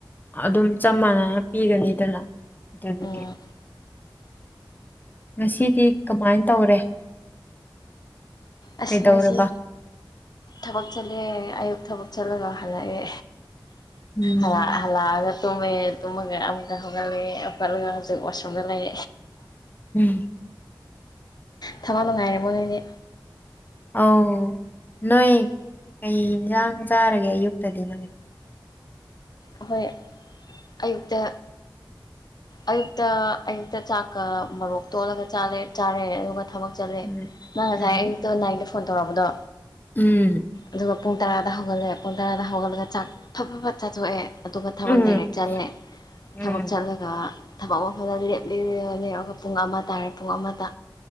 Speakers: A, on the left; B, on the left.
A: ꯑꯗꯨꯝ ꯆꯞ ꯃꯥꯟꯅꯥꯅ ꯄꯤꯒꯅꯤꯗꯅ ꯑꯗꯨꯗꯨꯒꯤ
B: ꯎꯝ
A: ꯉꯁꯤꯗꯤ ꯀꯃꯥꯏꯟ ꯇꯧꯔꯦ
B: ꯑꯁ
A: ꯀꯩꯗꯧꯔꯕ
B: ꯉꯁꯤ ꯊꯕꯛ ꯆꯠꯂꯦ ꯑꯌꯨꯛ ꯊꯕꯛ ꯆꯠꯂꯒ ꯍꯜꯂꯛꯑꯦ
A: ꯎꯝ
B: ꯍꯥꯜꯂ ꯍꯜꯂꯥꯑꯒꯥ ꯇꯨꯝꯃꯦ ꯇꯨꯝꯃꯒꯥ ꯑꯃꯨꯛꯒꯥ ꯍꯧꯒꯠꯂꯛꯑꯦ ꯍꯧꯒꯠꯂꯒꯥ ꯍꯧꯖꯤꯛ ꯋꯥꯁꯔꯨꯝꯗ ꯂꯩ
A: ꯎꯝ
B: ꯊꯕꯥꯛ ꯅꯨꯡꯉꯥꯏꯔꯤꯕꯣ ꯅꯣꯏꯅꯤ
A: ꯑꯧ ꯅꯣꯏ ꯀꯩ ꯏꯟꯖꯥꯡ ꯆꯥꯔꯒꯦ ꯑꯌꯨꯛꯇꯥꯗꯤ ꯅꯪ
B: ꯑꯈꯣꯏ ꯑꯌꯨꯛꯇꯥ ꯑꯌꯨꯛꯇꯥ ꯑꯌꯨꯛꯇꯥ ꯆꯥꯛꯀꯥ ꯃꯣꯔꯣꯛ ꯇꯣꯠꯂꯒ ꯆꯥꯔꯦ ꯆꯥꯔꯦ ꯑꯗꯨꯒ ꯊꯕꯛ ꯆꯠꯂꯦ
A: ꯎꯝ
B: ꯅꯪ ꯉꯁꯥꯏ
A: ꯎꯝ
B: ꯑꯌꯨꯛꯇꯥ ꯅꯥꯥꯏꯟꯗ ꯐꯣꯟ ꯇꯧꯔꯛꯄꯗꯣ
A: ꯎꯝ
B: ꯑꯗꯨꯒ ꯄꯨꯡ ꯇꯔꯥꯗ ꯍꯧꯒꯠꯂꯦ ꯄꯨꯡ ꯇꯔꯥꯗ ꯍꯧꯒꯠꯂꯒ ꯆꯥꯛ ꯐꯥ ꯐꯥ ꯐꯠ ꯆꯥꯊꯣꯛꯑꯦ ꯑꯗꯨꯒ ꯊꯕꯛ
A: ꯎꯝ
B: ꯗꯥꯏꯔꯦꯛ ꯆꯠꯂꯦ
A: ꯎꯝ
B: ꯊꯕꯛ ꯆꯠꯂꯥ ꯒꯥ ꯊꯕꯛ ꯃꯐꯝꯗ ꯂꯦꯞꯂꯤ <unintelligible> ꯑꯗꯨꯒ ꯄꯨꯡ ꯑꯃ ꯇꯥꯔꯦ ꯄꯨꯡ ꯑꯃꯗ